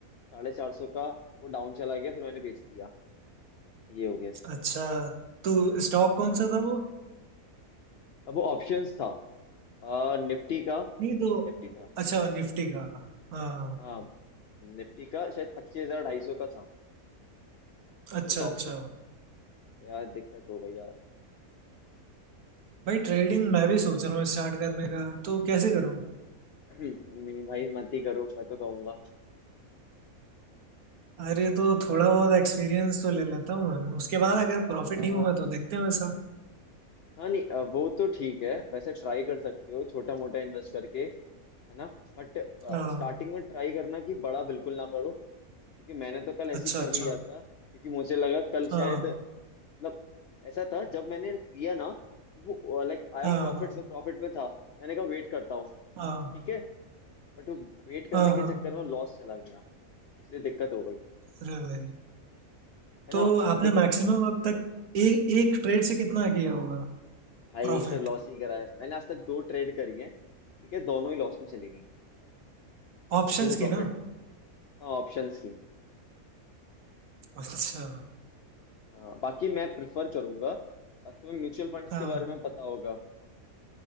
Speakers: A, on the left; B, on the right.
A: साढ़े चार सौ का वो डाउन चला गया फिर मैंने बेच दिया ये हो गया सीन
B: अच्छा तो स्टॉक कौन सा था वो
A: अब वो ऑप्शंस था अ, निफ्टी का
B: नहीं तो
A: निफ्टी था
B: अच्छा निफ्टी का हाँ
A: हाँ निफ्टी का शायद पच्चीस हजार ढाई सौ का था
B: अच्छा
A: Put
B: अच्छा
A: option यार दिक्कत हो गई यार
B: भाई ट्रेडिंग मैं भी सोच रहा हूँ स्टार्ट करने का तो कैसे करूँ
A: <clears throat> नहीं भाई मत ही करो मैं तो कहूंगा
B: अरे तो थोड़ा बहुत एक्सपीरियंस तो ले लेता हूँ मैं उसके बाद अगर प्रॉफिट
A: अ,
B: नहीं हुआ तो देखते हैं वैसा
A: हाँ नहीं अ, वो तो ठीक है वैसे ट्राई कर सकते हो छोटा मोटा इन्वेस्ट करके है ना बट
B: हाँ
A: स्टार्टिंग में ट्राई करना कि बड़ा बिल्कुल ना करो क्योंकि मैंने तो कल ऐसे
B: अच्छा
A: ही कर
B: अच्छा
A: लिया था क्योंकि मुझे लगा कल शायद
B: हाँ
A: मतलब ऐसा था जब मैंने किया ना तो वो लाइक आई
B: हाँ
A: एम प्रॉफिट में प्रॉफिट में था मैंने कहा वेट करता हूँ
B: हाँ
A: ठीक है बट वो वेट करने
B: हाँ
A: के
B: हाँ
A: चक्कर में लॉस चला गया इसलिए दिक्कत हो गई
B: अरे भाई
A: है
B: तो
A: ना
B: आपने
A: तो देखो
B: मैक्सिमम अब तक ए, एक ट्रेड से कितना किया होगा
A: भाई
B: प्रॉफिट
A: से लॉस ही करा है मैंने आज तक दो ट्रेड करी है ठीक है दोनों ही लॉस में चली गई
B: ऑप्शंस
A: किसी से
B: की
A: प्रॉफिट
B: ना
A: नहीं हुआ हाँ ऑप्शंस की
B: अच्छा
A: हाँ बाकी मैं प्रिफर करूंगा तुम्हें म्यूचुअल फंड्स
B: हाँ
A: के बारे में पता होगा